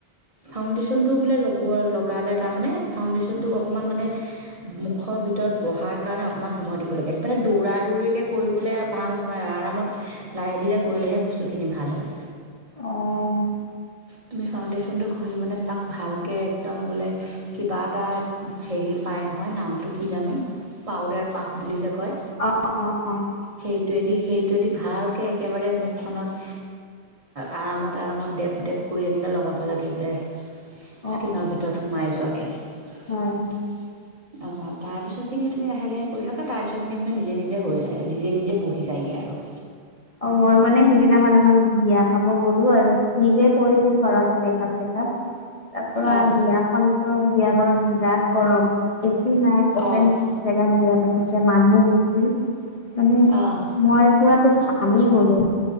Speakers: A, on the right (about 35°); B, on the left (about 40°).
A: ফাউণ্ডেশ্যনটো বোলে লগোৱা, লগালে তাৰমানে ফাউণ্ডেশ্যনটোক অকণমান মানে মুখৰ ভিতৰত বহাৰ কাৰণে অকণমান সময় দিব লাগে মানে দৌৰা, দৌৰিকৈ কৰিবলে ভাল নহয়, আৰামত লাহে ধীৰে, কৰিলেহে বস্তুখিনি ভাল হয়।
B: অ'।
A: তুমি ফাউণ্ডেশ্যনটো ঘঁহি মানে তাক ভালকৈ একদম বোলে কিবা এটা হেৰি পায় নহয় নামটো কি জানো পাউদাৰ পাফ, বুলি যে কয়!
B: অ', অ', অ'।
A: সেইটোৱেদি, সেইটোৱেদি ভালকৈ একেবাৰে মুখখনত আৰামত, আৰামত ডেপ, ডেপ কৰি এনেকে লগাব লাগে বোলে।
B: অ',
A: স্ক্ৰীনৰ
B: অ',
A: ভিতৰত সোমাই যোৱাকে। অ',
B: হয়।
A: তাৰপিছৰখিনি তুমি লাহে, লাহে কৰি থাকা, তাৰপিছৰখিনি মানে নিজে, নিজে হৈ যায় আৰু নিজে, নিজে বহি যায়গৈ আৰু।
B: অ', মই মানে সিদিনাখন এখন বিয়া খাব গ'লো আৰু। নিজে কৰিলোঁ ঘৰতে মেকআপ-চেকাপ, তাৰপা
A: অঁ
B: বিয়াখন বিয়া ঘৰত বিৰাট গৰম, এ চি নাই। অপেন
A: অঁ
B: জেগাত বিয়া পাতিছে, মানুহ বেছি মানে
A: অঁ
B: মই পুৰাতো ঘা ঘামি গ'লো